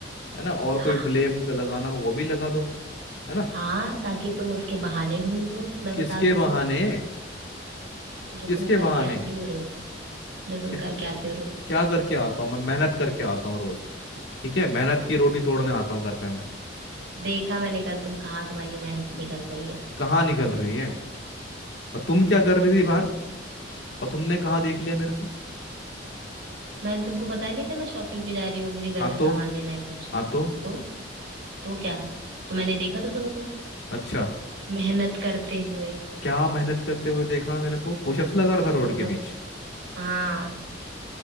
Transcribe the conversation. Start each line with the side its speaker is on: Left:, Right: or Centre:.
Left: है ना और
Right: <laughs>
Left: कोई ब्लेम लगाना हो वो भी लगा दो है ना
Right: हाँ ताकि तुम उसके बहाने ढूंढ लो मैं
Left: किसके
Right: बता दूँ
Left: बहाने
Right: तो जो
Left: किसके
Right: तुम करके
Left: बहाने
Right: आती हो रोज जो तुम
Left: क्या
Right: करके आते हो रोज
Left: क्या करके आता हूँ मैं मेहनत करके आता हूँ रोज ठीक है मेहनत की रोटी तोड़ने आता हूँ घर पे मैं
Right: देखा मैंने कल तुम कहाँ तुम्हारी मेहनत निकल रही है
Left: कहाँ निकल रही है और तुम क्या कर रही थी बाहर
Right: हम्म,
Left: और तुमने कहाँ देख लिया मेरे को
Right: मैंने तुमको बताया नहीं था मैं शॉपिंग पे जा रही हूँ मुझे घर
Left: हाँ
Right: का
Left: तो
Right: सामान लेना है कुछ
Left: हाँ तो
Right: तो तो क्या तो मैंने देखा तो तुमको
Left: अच्छा
Right: मेहनत करते हुए
Left: क्या मेहनत करते हुए देखा मेरे को पुशअप्स लगा रहा था रोड
Right: बहुत
Left: के बीच
Right: हाँ